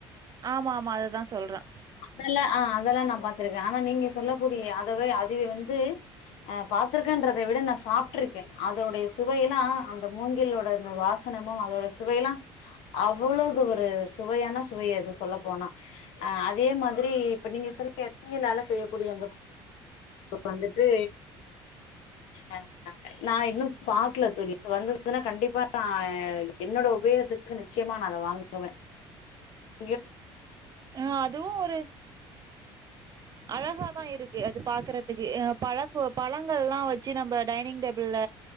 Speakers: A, on the right; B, on the left.
A: ஆமா ஆமா அதுதா சொல்றன்
B: அதல்லா ஆ அதல்லா நா பாத்திருக்கேன் ஆனா நீங்க சொல்லக்கூடிய அதுவே அதுவே வந்து ஆ பாத்துருக்கேன்றதை விட நா சாப்ட்டுருக்கேன் அதோடைய சுவையெல்லா அந்த மூங்கிலோட அந்த வாச சனமோ அதோட சுவையல்லா அவ்ளோ ஒரு சுவையான சுவை அது சொல்ல போனா ஆ அதே மாதிரி இப்ப நீங்க சொல்ல <inaudible> மூங்கிளால செய்யக்கூடிய அந்த இப்ப வந்துட்டு ஆ நா இன்னும் பாக்கல தோழி வந்ததுன்னா கண்டிப்பா நா என்னோட உபயோகத்து க்கு நிச்சயமா நா அத வாங்குவ இங்க
A: ம் அதுவும் ஒரு அழகா தா இருக்கு அது பாக்கறதுக்கு ஆ பழக்கு பழங்கள்லாம் வச்சி நம்ப டைனிங் டேபிள்ல